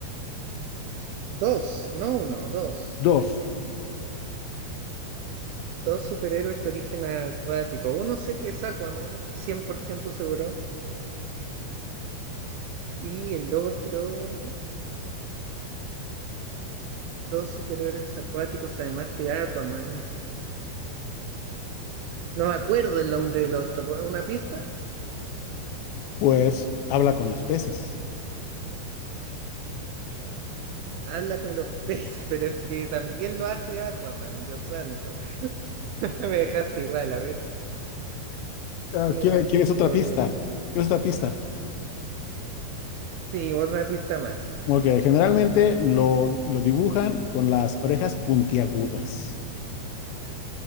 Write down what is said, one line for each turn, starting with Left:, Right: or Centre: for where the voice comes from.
Right: Dos, no uno, dos.
Left: Dos,
Right: Dos superhéroes de origen acuático. Uno sé que es Aquaman, 100% seguro. Y el otro, dos superhéroes acuáticos, además de Aquaman. No me acuerdo el nombre del otro. ¿po- ¿Una pista?
Left: pues habla con los peces.
Right: Habla con los peces, <laughs> pero es que también lo hace Aquaman, Dios santo. <laughs> Me dejaste igual, a ver,
Left: Ah,
Right: ¿qué
Left: ¿quiere-
Right: más
Left: ¿Quieres otra
Right: podrías?
Left: pista? ¿Quieres otra pista?
Right: Sí, una pista más.
Left: Ok, generalmente lo, lo dibujan con las orejas puntiagudas.